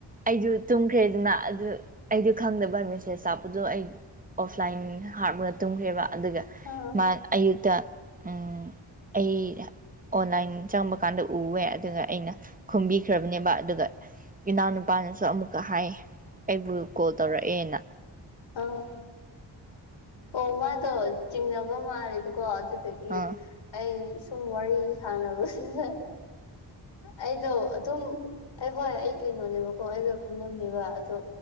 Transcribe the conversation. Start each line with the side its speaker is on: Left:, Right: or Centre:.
Right: ꯑꯩꯖꯨ ꯇꯨꯝꯈ꯭ꯔꯦꯗꯅ ꯑꯗꯨ ꯑꯩꯗꯤ ꯈꯪꯗꯕ ꯃꯦꯁꯦꯖ ꯂꯛꯄꯗꯣ ꯑꯩ꯫ ꯑꯣꯐꯂꯥꯏꯟ ꯍꯥꯞꯄ ꯇꯨꯝꯈ꯭ꯔꯦꯕ ꯑꯗꯨꯒ
Left: ꯑꯥ
Right: ꯃꯥ ꯑꯌꯨꯛꯇ ꯎꯝ꯫ ꯑꯩ ꯑꯣꯟꯂꯥꯏꯟ ꯆꯪꯕ ꯀꯥꯟꯗ ꯎꯋꯦ ꯑꯗꯨꯒ ꯑꯩꯅ ꯈꯨꯝꯕꯤꯈ꯭ꯔꯕ ꯅꯦꯕ ꯑꯗꯨꯒ ꯏꯅꯥꯎꯅꯨꯄꯥꯅꯁꯨ ꯑꯃꯨꯛꯀ ꯍꯥꯏ ꯑꯩꯕꯨ ꯀꯣꯜ ꯇꯧꯔꯛꯑꯦꯅ꯫
Left: ꯑꯧ ꯑꯣ ꯃꯥꯗꯣ ꯆꯤꯡꯅꯕ ꯃꯥꯜꯂꯦꯕꯀꯣ ꯑꯗꯨꯗꯨꯒꯤ꯫
Right: ꯑꯥ
Left: ꯑꯩ ꯁꯨꯝ ꯋꯥꯔꯤ ꯁꯥꯟꯅꯕꯁꯤꯅ ꯑꯩꯗꯣ ꯑꯗꯨꯝ꯫ ꯑꯩ ꯍꯣꯏ ꯑꯩ ꯀꯩꯅꯣꯅꯦꯕꯀꯣ ꯑꯩꯒ ꯈꯪꯅꯕꯅꯦꯕ ꯑꯗꯣ